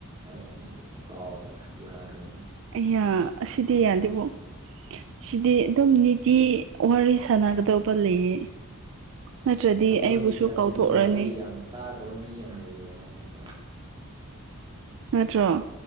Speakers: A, on the right; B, on the right.
A: ꯑꯩꯅ ꯑꯃꯨꯛ ꯀꯥꯎꯔꯕ ꯌꯥꯗ꯭ꯔꯦꯅ
B: ꯑꯩꯌꯥ ꯑꯁꯤꯗꯤ ꯌꯥꯗꯦꯕꯣ ꯁꯤꯗꯤ ꯑꯗꯨꯝ ꯅꯤꯇꯤ ꯋꯥꯔꯤ ꯁꯥꯟꯅꯒꯗꯧꯕ ꯂꯩꯌꯦ ꯅꯠꯇ꯭ꯔꯗꯤ
A: ꯊꯃꯣꯏꯒꯤ
B: ꯑꯩꯕꯨꯁꯨ
A: ꯀꯥꯆꯤꯟꯒꯤ
B: ꯀꯥꯎꯊꯣꯛꯔꯅꯤ
A: ꯋꯥꯔꯤ ꯌꯥꯝ ꯇꯥꯈ꯭ꯔꯕ ꯃꯤ ꯌꯥꯝ ꯂꯩꯔꯦꯕ ꯍꯟꯗꯛꯀꯥꯟ
B: ꯅꯠꯇ꯭ꯔꯣ